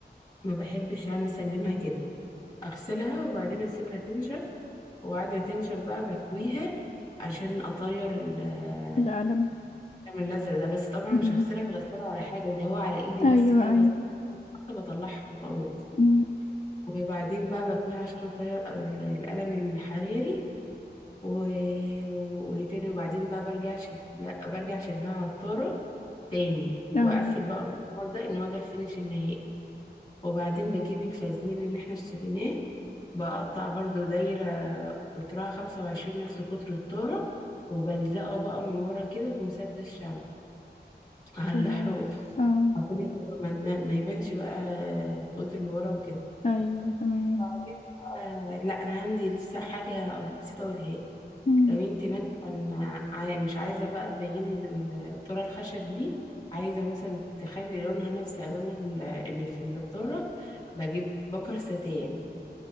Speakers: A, on the left; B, on the left.
A: ما بحبش أنا أسلمها كده أغسلها وبعدين أسيبها تنشف وقاعدة تنشف بقى بكويها عشان أطير ال-
B: القلم
A: الدم الأزرق ده بس طبعا
B: امم
A: مش هغسلها في غسالة ولا حاجة ده هو على إيدي بس
B: ايوه
A: كده
B: ايوه
A: بسيطة بطلعها وخلاص
B: امم
A: وبعدين بقى بكويها عشان أطير القلم الحراري و... وتاني وبعدين بقى برجع شد... لا برجع شدها عطارة تاني
B: اه
A: وأقفل بقى المسمار ده إن هو ده الفينش النهائي وبعدين بجيب الفازلين اللي احنا اشتريناه بقطع برضو دايرة قطرها خمسة وعشرين نفس قطر الذرة وبلزقه بقى من ورا كده بمسدس شمع على
B: كويس
A: الحروف
B: اه
A: عشان يبقى بقى ما تبان- ما يبانش بقى الخيوط اللي ورا وكده
B: ايوه تمام
A: بعدين آه، لا انا عندي لسه حاجة نسيت اقولها لك.
B: امم
A: لو انت مثلا عاي- مش عايزة بقى تبيني ال- الذرة الخشب دي عايزة مثلا تخلي لونها نفس الوان ال- اللي في الذرة بجيب بكر ستان